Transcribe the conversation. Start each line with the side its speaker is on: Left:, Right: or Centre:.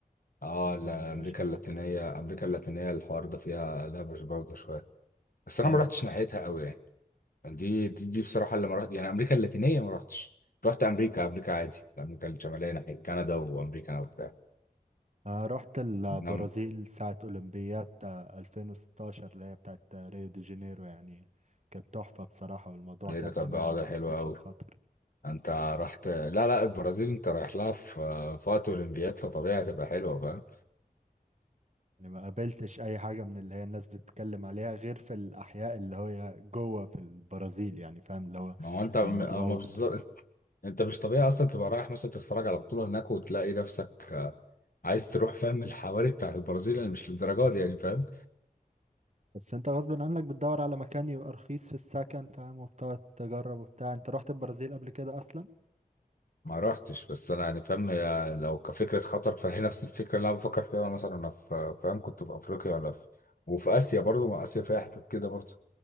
Left: اه
Right: الموضوع
Left: لا،
Right: ما بيبقاش
Left: امريكا
Right: أمان
Left: اللاتينية امريكا اللاتينية الحوار ده فيها لبش برضه شوية بس
Right: آه.
Left: انا ما رحتش ناحيتها قوي يعني دي دي, دي بصراحة اللي ما رحت يعني أمريكا اللاتينية ما رحتش رحت أمريكا أمريكا عادي أمريكا الشمالية ناحية كندا وأمريكا أنا وبتاع
Right: آه رحت البرازيل
Left: نعم
Right: ساعة أولمبياد آه 2016 اللي هي بتاعت آه، ريو دي جانيرو يعني كانت تحفة بصراحة والموضوع
Left: إيه
Right: كان
Left: ده طب
Right: أمان
Left: آه، ده
Right: ما حسيتش
Left: حلو أوي
Right: بخطر
Left: أنت رحت لا لا البرازيل أنت رايح لها في في وقت أولمبياد فطبيعي هتبقى حلوة فاهم
Right: يعني ما قابلتش أي حاجة من اللي هي الناس بتتكلم عليها غير في الأحياء اللي هي جوه في البرازيل يعني فاهم اللي هو
Left: ما هو أنت م-
Right: لما
Left: آه،
Right: تغوط
Left: ما بالظبط أنت مش طبيعي أصلا تبقى رايح مثلا تتفرج على بطولة هناك وتلاقي نفسك آه، عايز تروح فاهم الحواري بتاعت البرازيل اللي مش للدرجة دي يعني فاهم
Right: بس انت غصب عنك بتدور على مكان يبقى رخيص في السكن فاهم وبتقعد تجرب وبتاع انت رحت البرازيل قبل كده أصلا؟
Left: ما رحتش بس انا يعني فاهم هي لو كفكره خطر فهي نفس الفكره اللي انا بفكر فيها وانا مثلا انا في فاهم كنت في افريقيا ولا في وفي اسيا برضو ما اسيا فيها حتت كده برضو